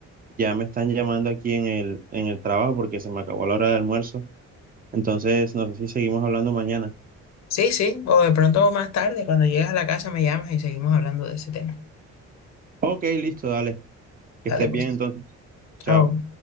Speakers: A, on the right; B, on the left.
A: ya me están llamando aquí en el, en el trabajo porque se me acabó la hora de almuerzo. Entonces, no sé si seguimos hablando mañana.
B: Sí, sí, o de pronto más tarde, cuando llegues a la casa me llamas y seguimos hablando de ese tema.
A: Ok, listo, dale. Que
B: Dale
A: estés
B: pues,
A: bien entonces.
B: chao.
A: Chao.